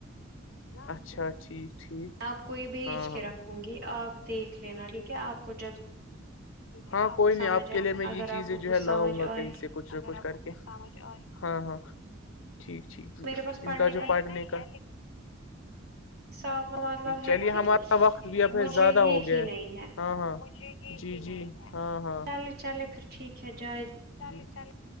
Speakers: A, on the left (about 70°); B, on the right (about 55°).
A: اچھا ٹھیک ٹھیک
B: آپ کو یہ بھیج
A: ہاں ہاں
B: کے رکھوں گی آپ دیکھ لینا ٹھیک ہے آپ کو جب
A: ہاں کوئی
B: سمجھ
A: نہیں آپ
B: آئے
A: کے لیے میں یہ
B: اگر
A: چیزیں
B: آپ کو
A: جو
B: کچھ
A: ہے لاؤں
B: سمجھ
A: گا
B: آئے
A: کہیں سے کچھ نہ کچھ کر کے ہاں ہاں ٹھیک ٹھیک
B: میرے پاس پڑھنے
A: ان کا جو پارٹ نہیں کر
B: اسب کا مطلب ہے
A: چلیے
B: کہ
A: ہمارا وقت بھی اب
B: مجھے
A: زیادہ
B: یہ
A: ہو گیا
B: ہی نہیں ہے
A: ہاں ہاں جی جی ہاں ہاں
B: چلے چلے پھر ٹھیک ہے جائے
A: چلے چل